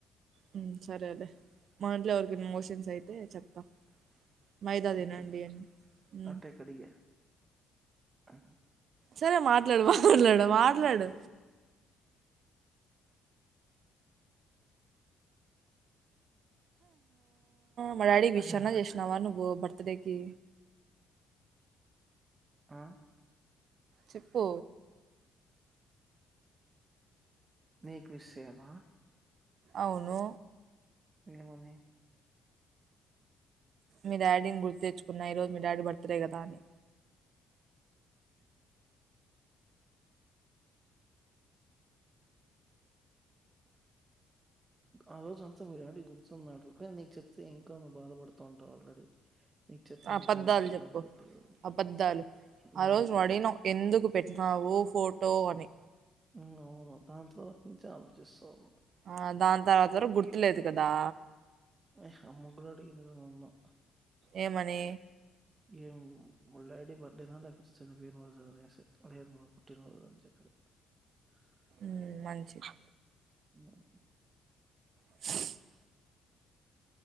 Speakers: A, on the right; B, on the right.
A: మ్మ్ సరేలే మా ఇంట్లో ఎవరికైనా మోషన్స్ అయితే చెప్తాం మైదా తినండి
B: చెప్పు
A: అని మ్మ్
B: అట్టే కడిగా ఆ
A: సరే మాట్లాడు మాట్లాడు మాట్లాడు
B: ఉమ్,
A: మా డాడీకి
B: ఆహా!
A: విష్ అన్న చేసినావ నువ్వు బర్తడేకి
B: ఆ
A: చెప్పు
B: నీకు విష్ చేయాలా
A: అవును
B: ఏమని
A: మీ డాడీని గుర్తు తెచ్చుకున్న ఈరోజ మీ డాడీ బర్త్డే కదా అని
B: ఆ రోజు అంతా మీ డాడీ గుర్తున్నాడు కానీ నీకు చెప్తే ఇంకా నువ్వు బాధపడుతూ ఉంటావు ఆల్రెడీ నీకు చెప్పి
A: అబద్ధాలు
B: ఇంకా ఎందుకు
A: చెప్పు
B: బాధపెట్టాలి అని
A: అబద్ధాలు
B: నీ
A: ఆ రోజు
B: మీదొట్టు
A: నువ్వు అడిగినావు ఎందుకు పెట్టినావు ఫోటో అని
B: మ్మ్ అవును దాని తరవాత నుంచె ఆలోచిస్తున్నా
A: ఆ దాని తర్వాతనే గుర్తులేదు కదా
B: ఏ అమ్మ కూడా అడిగింది నన్ను మా అమ్మ
A: ఏమని
B: ఏమని వాళ్ళ డాడీ బర్త్డేనా లేకపోతే చనిపోయిన రోజా అనేసి లేదు మా పుట్టినరోజు అని చెప్పినా <inaudible>
A: మ్మ్ మంచిది
B: మ్మ్
A: హ్మ్మజ్